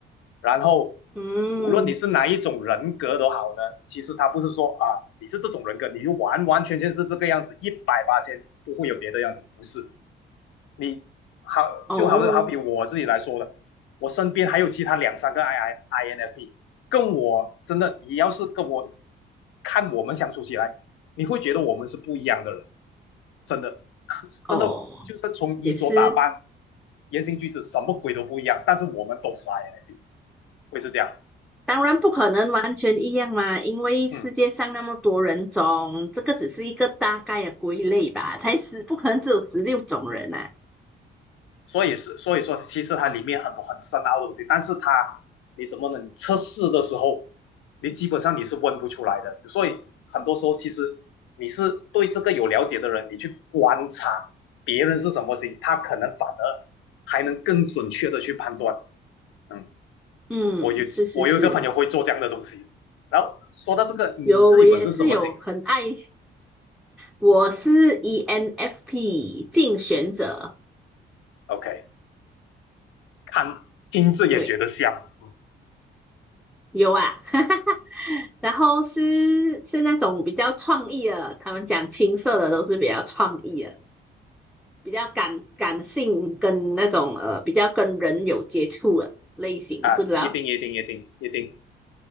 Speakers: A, on the left; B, in the centre.
A: 然后，
B: 嗯，
A: 无论你是哪一种人格都好呢，其实它不是说啊，你是这种人格，你就完完全全是这个样子，一百八千不会有别的样子，不是，你好，
B: 哦
A: 就好好比我自己来说的，我身边还有其他两三个 I I I N F P，跟我真的，你要是跟我看我们相处起来，你会觉得我们是不一样的人，真的，<laughs> 真的就是从衣着打扮、
B: 哦，也是。
A: 言行举止什么鬼都不一样，但是我们都是 I N F P，会是这样，
B: 当然不可能完全一样嘛，因为世界上那么多人种，
A: 嗯。
B: 这个只是一个大概的归类吧，才十，不可能只有十六种人啊。
A: 所以是所以说，其实它里面很多很深奥的东西，但是它你怎么能测试的时候，你基本上你是问不出来的。所以很多时候，其实你是对这个有了解的人，你去观察别人是什么心，他可能反而还能更准确的去判断。嗯，
B: 嗯，
A: 我有我有一个朋友会做这样的东西。
B: 是是是，
A: 然后说到这个，你自己本身什么型
B: 有我也是有很爱，我是 ENFP 竞选者，
A: ？OK，看听字也觉得像，
B: 对，
A: 嗯
B: 有啊，<laughs> 哈哈哈。然后是是那种比较创意的，他们讲青色的都是比较创意的，比较感感性跟那种呃比较跟人有接触的类型，
A: 啊，
B: 不知道
A: 一定一定一定一定